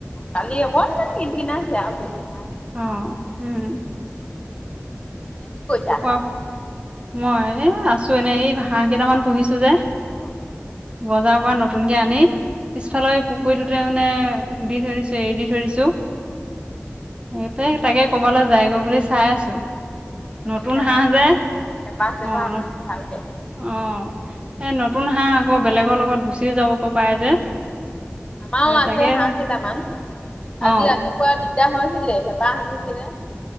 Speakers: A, on the left (about 25°); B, on the right (about 25°).
A: কালি অকনমান কিন কিনাইছে আৰু বেছি নাই।
B: অ উম
A: নে কি কৰিছা?
B: কোৱা মই এ আছো এনেই এই হাঁহ কেইটামান পুহিছো যে
A: অ'।
B: বজাৰৰ পৰা নতুনকে আনি পিছফালে পুখুৰীটোতে মানে দি থৈ দিছো এৰি দি থৈ দিছো গ তাকে কবালৈ যাইগৈ বুলি চাই আছো
A: নহ'লে
B: নতুন
A: হেঁপাহ
B: হাঁহ যে
A: হেঁপাহ চেপাহ
B: অ ন
A: মানে ভালকে
B: অ এই নতুন হাঁহ আকৌ বেলেগৰ লগত গুচি যাবকৈ পাৰে যে
A: আমাৰ
B: এ
A: আছে
B: তাকে
A: হাঁহ
B: মানে
A: কেইটামান
B: অ
A: আজি ৰাতিপুৱা দি এতিয়া হৈছিলে হেঁপাহ আহিছিলে